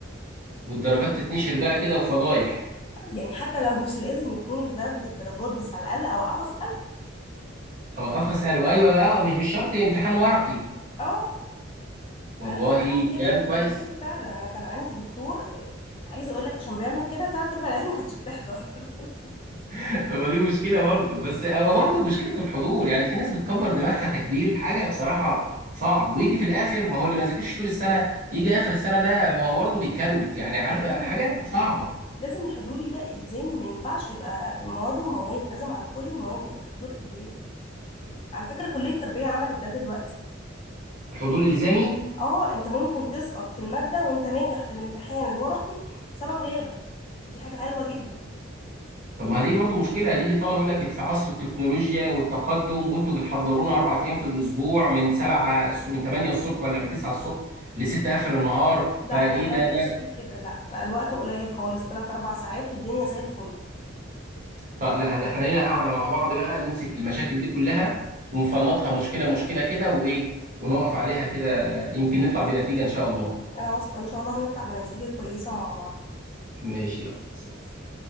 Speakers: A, on the right (about 45°); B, on the left (about 30°).
A: والدرجات تتنشر بقى كده وفضايح
B: يعني حتى لو مش لازم يكون لدرجة الدرجات بس على الأقل أوقفه أسأله
A: هوقفه اساله ايوه بقى مش مش شرط امتحان ورقي
B: اه
A: والله
B: أنا كان عندي
A: كلام
B: كده في الكلية
A: كويس
B: فعلا أنا كان عندي دكتور آه، عايزة أقول لك عشان بيعمل كده تلات أرباع العيال ما كانتش بتحضر <laughs>
A: <laughs> طب ما دي مشكله برضه بس او برضه مشكله الحضور يعني في ناس بتكبر دماغها تكبير حاجه بصراحه صعب ويجي في الاخر ما هو اللي ما ذاكرش طول السنه يجي اخر السنه ده ما هو برضه بيكروت يعني عارفه
B: احنا لازم
A: حاجه
B: نخلي
A: صعبه
B: ال- لازم الحضور يبقى إلزامي ما ينفعش يبقى مواد ومواد لازم على كل المواد يبقى الحضور إجباري على فكرة كلية التربية عملت ده دلوقتي
A: حضور الزامي
B: اه انت ممكن تسقط في المادة وانت ناجح في الامتحان الورقي بسبب غيابك ودي حاجة حلوة جدا
A: طب ما دي برضه مشكله هتيجي الطلبه يقول لك في عصر التكنولوجيا والتقدم وانتوا بتحضرونا اربع ايام في الاسبوع من 7 من 8 الصبح ولا من 9 الصبح لستة اخر النهار
B: لا
A: فايه
B: لا ما
A: ده
B: بقاش
A: ده
B: فيه كده لا بقى الوقت قليل خالص تلات أربع ساعات والدنيا زي الفل
A: طب لا لا، احنا لينا قاعده مع بعض بقى نمسك المشاكل دي كلها ونفنطها مشكله مشكله كده وايه ونقف عليها كده يمكن نطلع بنتيجه ان شاء الله
B: أنا واثقة إن شاء الله هنطلع بنتيجة كويسة مع
A: ماشي يلا
B: بعض